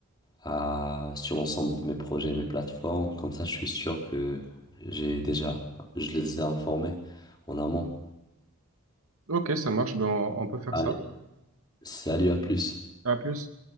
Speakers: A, on the left; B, on the right.
A: à, sur l'ensemble de mes projets, mes plateformes. Comme ça, je suis sûr que j'ai déjà, je les ai informés en amont.
B: Ok, ça marche. Ben on on peut faire
A: Allez,
B: ça.
A: salut, à plus.
B: À plus.